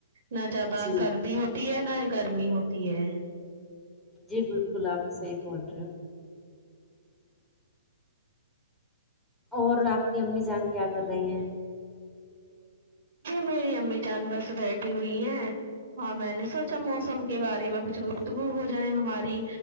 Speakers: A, on the right; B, in the centre.
A: نہ زیادہ
B: جی
A: سردی ہوتی ہے نہ ہی گرمی ہوتی ہے
B: جی بالکل آپ صحیح بول رہے ہو اور آپ کی امی جان کیا کر رہی ہیں
A: جی میری امی جان بس بیٹھی ہوئی ہیں ہاں میں نے سوچا موسم کے بارے میں کچھ گف تگو ہو جائے ہماری